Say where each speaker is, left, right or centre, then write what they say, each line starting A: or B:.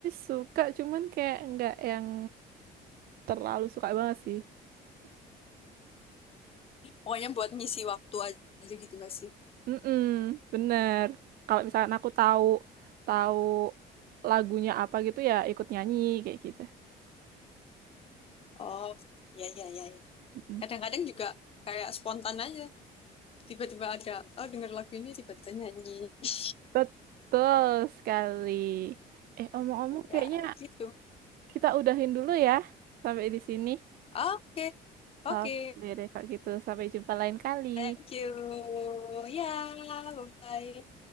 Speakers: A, on the right; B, on the left.
A: suka, cuman kayak nggak yang terlalu suka banget sih.
B: Pokoknya buat ngisi waktu aja gitu gak sih?
A: Mm-mm, bener. Kalau misalkan aku tahu tahu lagunya apa gitu ya ikut nyanyi kayak gitu.
B: Oh, ya ya ya ya.
A: Mm-mm.
B: Kadang-kadang juga kayak spontan aja. Tiba-tiba ada, oh denger lagu ini tiba-tiba nyanyi. <laughs>
A: Betul sekali. Eh omong-omong kayaknya
B: Ya, gitu.
A: kita udahin dulu ya sampai di sini.
B: Oke, oke.
A: Oke deh kalau gitu sampai jumpa lain kali.
B: Thank you. Ya, bye-bye.